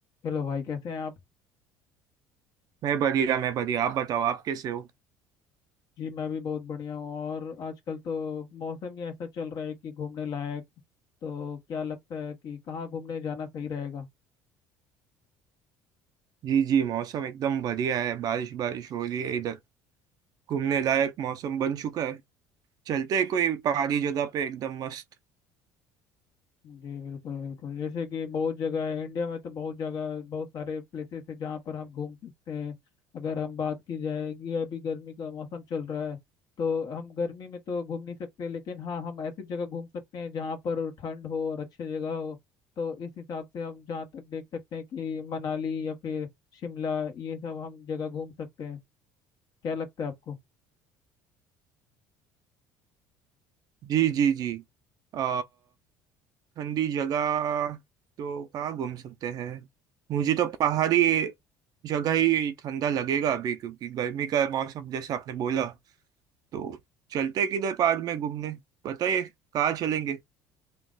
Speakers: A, on the left; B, on the right.
A: Hello भाई कैसे हैं आप
B: मैं बढ़िया मैं बढ़िया आप बताओ आप कैसे हो
A: जी मैं भी बहुत बढ़िया हूँ और आजकल तो मौसम ही ऐसा चल रहा है कि घूमने लायक तो क्या लगता है कि कहाँ घूमने जाना सही रहेगा
B: जी जी मौसम एकदम बढ़िया है बारिश बारिश हो रही है इधर घूमने लायक मौसम बन चुका है चलते हैं कोई पहाड़ी जगह पे एकदम मस्त
A: जी बिल्कुल बिल्कुल जैसे कि बहुत जगह है इंडिया में तो बहुत जगह बहुत सारे प्लेसेस है जहाँ पर हम घूम सकते हैं अगर हम बात की जाए कि अभी गर्मी का मौसम चल रहा है तो हम गर्मी में तो घूम नहीं सकते लेकिन हाँ हम ऐसी जगह घूम सकते हैं जहाँ पर ठंड हो और अच्छी जगह हो तो इस हिसाब से हम जहाँ तक देख सकते हैं कि मनाली या फिर शिमला ये सब हम जगह घूम सकते हैं क्या लगता है आपको
B: जी जी जी आ ठंडी जगह तो कहाँ घूम सकते हैं मुझे तो पहाड़ी जगह ही ठंडा लगेगा अभी क्योंकि गर्मी का मौसम जैसे आपने बोला तो चलते हैं किधर पहाड़ में घूमने बताइए कहाँ चलेंगे